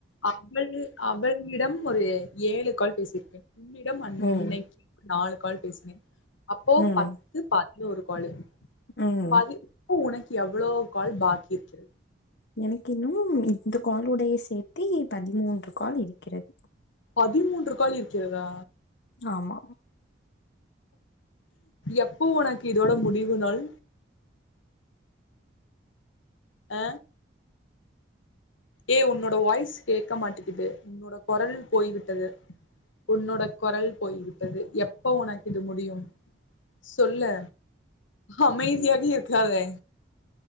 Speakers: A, on the left; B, on the left.
A: அவள் அவளிடம் ஒரு ஏழு கால் பேசியிருக்கே உன்னிடம் அன்னைக்கு
B: ம்
A: நாலு கால் பேசுனே அப்போ
B: ம்
A: பத்து பதினோரு காலு
B: ம்
A: பதி உனக்கு எவ்ளோ கால் பாக்கி இருக்கு
B: எனக்கு இன்னும் இந்த கால் உடைய சேர்த்தி பதிமூன்று கால் இருக்கிறது
A: பதிமூன்று கால் இருக்கிறதா
B: ஆமா
A: எப்போ உனக்கு இதோட முடிவு நாள் அ ஏ உன்னோட வாய்ஸ் கேக்க மாட்டிக்குது உன்னோட குரல் போய்விட்டது உன்னோட கொரல் போய்விட்டது எப்ப உனக்கு இது முடியு சொல்ல அமைதியாக இருக்காதே